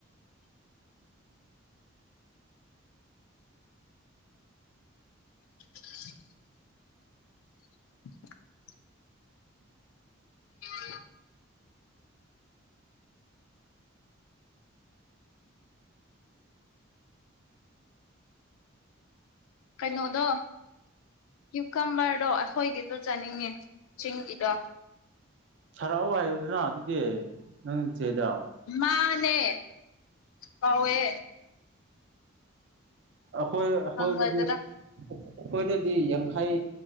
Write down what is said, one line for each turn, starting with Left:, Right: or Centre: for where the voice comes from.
Left: <inaudible> <inaudible> <unintelligible> ꯀꯩꯅꯣꯗꯣ ꯌꯨꯀꯝꯕꯔꯗꯣ ꯑꯩꯈꯣꯏꯒꯤꯗ ꯆꯥꯅꯤꯡꯉꯦ ꯆꯤꯡꯒꯤꯗꯣ
Right: ꯁꯥꯔꯛꯑꯣ ꯍꯥꯏꯕꯗꯨꯅ ꯑꯗꯨꯗꯤ ꯅꯪ ꯆꯦꯗ
Left: ꯃꯥꯅꯦ ꯐꯎꯦ
Right: ꯑꯩꯈꯣꯏ ꯑꯩꯈꯣꯏꯗꯗꯤ
Left: ꯐꯪꯒꯗ꯭ꯔꯥ
Right: ꯑꯩꯈꯣꯏꯗꯗꯤ ꯌꯥꯡꯈꯩ